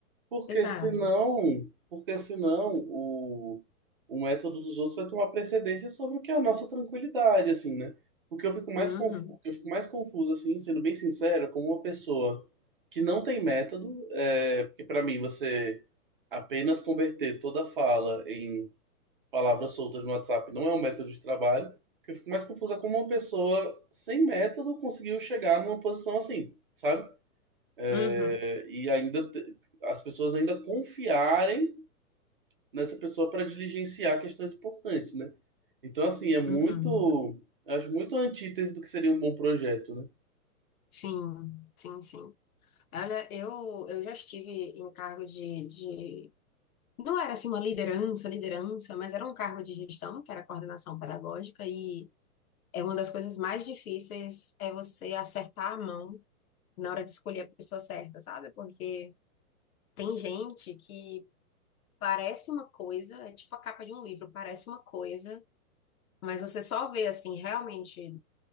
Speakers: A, on the right; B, on the left.
A: Porque
B: Exato.
A: senão, porque senão o, o método dos outros vai tomar precedência sobre o que é a nossa tranquilidade, assim, né? O que eu fico mais
B: Uhum,
A: confuso, o que eu fico mais confuso, assim, sendo bem sincero, é como uma pessoa que não tem método, é, porque para mim você apenas converter toda fala em palavras soltas no WhatsApp não é um método de trabalho. O que eu fico mais confuso é como uma pessoa sem método conseguiu chegar numa posição assim, sabe? É,
B: uhum,
A: e ainda te- as pessoas ainda confiarem nessa pessoa para diligenciar questões importantes, né? Então, assim, é muito.
B: uhum.
A: Eu acho muito a antítese do que seria um bom projeto, né?
B: Sim, sim, sim. Olha, eu, eu já estive em cargo de, de... Não era assim uma liderança, liderança, mas era um cargo de gestão, que era coordenação pedagógica, e é uma das coisas mais difíceis é você acertar a mão na hora de escolher a pessoa certa, sabe? Porque tem gente que parece uma coisa, é tipo a capa de um livro, parece uma coisa, mas você só vê assim realmente